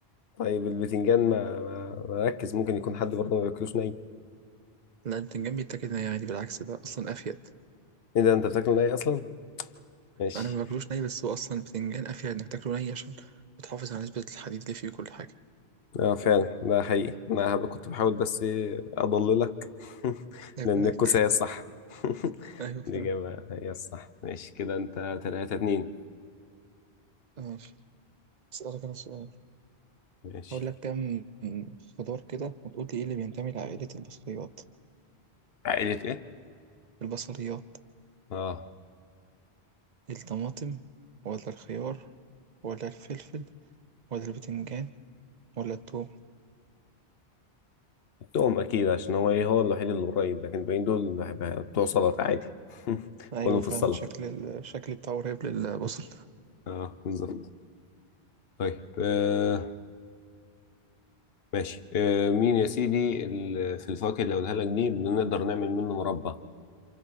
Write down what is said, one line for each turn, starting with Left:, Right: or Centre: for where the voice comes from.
Left: طيب البتنجان ما ما ما ركز ممكن يكون حد برضه ما بياكلوش ني
Right: لا البتنجان بيتاكل ني عادي بالعكس ده أصلا أفيد
Left: ايه ده انت بتاكله ني اصلا ماشي
Right: أنا ما باكلوش ني بس هو أصلا البتنجان أفيد إنك تاكله ني عشان بتحافظ على نسبة الحديد اللي فيه وكل حاجة
Left: اه فعلا ده حقيقي انا هب- كنت بحاول بس إيه اضللك <laughs>
Right: عيب
Left: لان
Right: عليك
Left: الكوسه هي الصح <laughs>
Right: <laughs> أيوة فاهم
Left: الاجابه هي الصح ماشي كده انت 3 2
Right: ماشي أسألك أنا سؤال
Left: ماشي
Right: هقول لك كام خضار كده وتقول لي ايه اللي بينتمي لعائلة البصليات
Left: عائلة ايه
Right: البصليات
Left: اه
Right: الطماطم ولا الخيار ولا الفلفل ولا البتنجان ولا الثوم
Left: التوم اكيد عشان هو ايه هو الوحيد اللي قريب لكن الباقيين دول بحب- بتوع سلطه عادي <laughs>
Right: ايوه
Left: كلهم في
Right: فعلا
Left: السلطه
Right: شكل ال- الشكل بتاعه قريب للبصل
Left: اه بالظبط طيب آه، ماشي آه، مين يا سيدي ال- في الفواكه اللي هقولها لك دي بنقدر نعمل منه مربى